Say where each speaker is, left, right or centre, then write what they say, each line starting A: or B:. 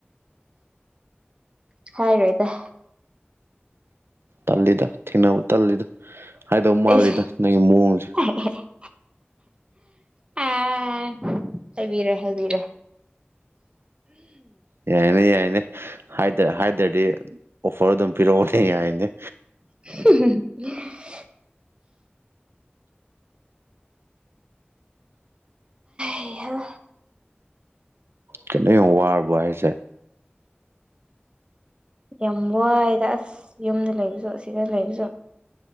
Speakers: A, on the right (about 25°); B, on the right (about 70°).
A: ꯍꯥꯏꯔꯣꯏꯗ
B: ꯇꯜꯂꯤꯗ ꯊꯦꯡꯅꯕ ꯇꯜꯂꯤꯗ ꯍꯥꯏꯗꯧ ꯃꯥꯜꯂꯤꯗ
A: ꯑꯩꯁꯦ
B: ꯅꯪꯒꯤ ꯃꯑꯣꯡꯁꯦ
A: <unintelligible> ꯑꯥ ꯍꯥꯏꯕꯤꯔꯣꯏ ꯍꯥꯏꯕꯤꯔꯣꯏ
B: ꯌꯥꯏꯅꯦ ꯌꯥꯏꯅꯦ ꯍꯥꯏꯗ ꯍꯥꯏꯗ꯭ꯔꯗꯤ ꯑꯣꯐꯔ ꯑꯗꯨꯝ ꯄꯤꯔꯛꯑꯣꯅꯦ ꯌꯥꯏꯅꯦ
A: <unintelligible> ꯑꯩꯍ
B: ꯀꯩꯅꯣ ꯌꯥꯝ ꯋꯥꯔꯕꯣ ꯍꯥꯏꯁꯦ
A: ꯌꯥꯝ ꯋꯥꯏꯗ ꯑꯁ ꯌꯨꯝꯗ ꯂꯩꯕꯁꯨ ꯑꯁꯤꯗ ꯂꯩꯕꯁꯨ